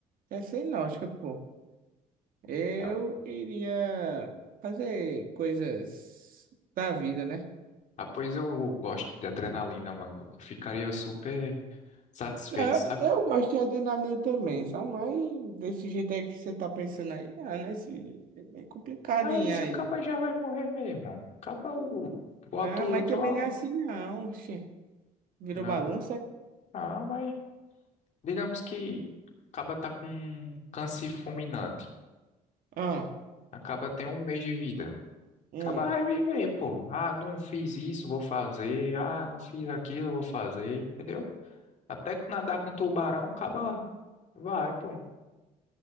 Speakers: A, on the right (about 65°); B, on the left (about 50°).
A: É sem lógica, pô. Eu
B: Não.
A: iria fazer coisas da vida, né?
B: Ah, pois eu gosto de adrenalina, mano. Eu ficaria super satisfeito,
A: Não,
B: sabe?
A: eu gosto de adrenalina também, só mas desse jeito aí que você tá pensando aí, ah, né? Esse, é bem complicado
B: Mas
A: hein, aí.
B: se o caba já vai morrer mesmo, mano. o caba o- bota
A: Não,
B: o
A: mas
B: útil,
A: também
B: ó.
A: não é assim não. Oxi. Virou
B: Não.
A: bagunça?
B: Ah, mas Digamos que acaba tá com um câncer fulminante.
A: Ah.
B: Acaba tem um mês de vida.
A: hum.
B: Acaba vai viver, pô. Ah, não fiz isso, vou fazer. Ah, não fiz aquilo, vou fazer. Entendeu? Até que nadar com tubarão, acaba vai, pô.